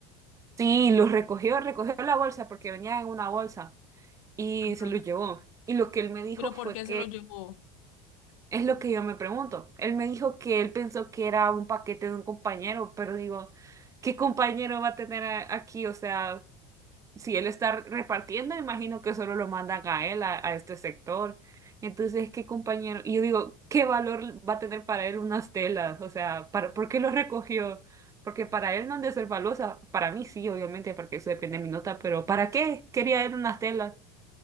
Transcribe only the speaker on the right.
Sí, los recogió, recogió la bolsa porque venía en una bolsa y
se lo llevó. Y lo que él me dijo
fue
que,
es lo que yo me pregunto, él me dijo que él pensó que era un paquete de un compañero, pero digo, ¿qué compañero va a tener a- aquí? O sea, si él está repartiendo, imagino que solo lo mandan a él, a, a este sector. Entonces, ¿qué compañero? Y yo digo, ¿qué valor va a tener para él unas telas? O sea, para, ¿por qué lo recogió? Porque para él no han de ser valiosa. Para mí sí, obviamente, porque eso depende de mi nota, pero ¿para qué quería él unas telas?